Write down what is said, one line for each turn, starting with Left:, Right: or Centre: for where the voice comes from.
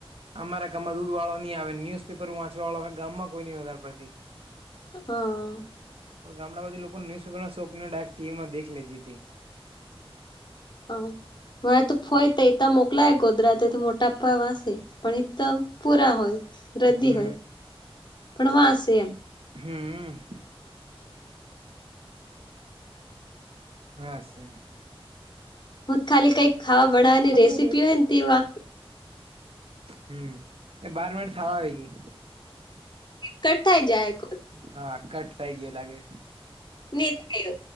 Right: અમારા ગામમાં દૂધ વાળો નહીં આવે ન્યુઝપેપર વાંચવા વાળો ગામમાં કોઈ નની વધારે પડતી.
Left: હા.
Right: પણ ગામડા બાજુ લોકો ન્યુઝપેપર ના શોકનેાયક ટીવીમાં દેખ લેધી હતી,
Left: હ હ, વા તો ફોય તો એતા મોકલાય ગોધરાતે તો મોટાપ્પા વાસે. પણ એ તો પુરા હોય રદ્દી
Right: હમ
Left: હોય પણ વાસે એમ.
Right: હમ્મ હા છે.
Left: હું તો ખાલી કઈક ખાવા બનાવાની રેસીપી
Right: ની
Left: હોય ને તે વા
Right: હમ્મ એ બાર મિનિટ થવા આવી ગઈ.
Left: કટથાય જાય કોલ
Right: હા, કટ થઇ ગયો લાગે.
Left: નિ થયો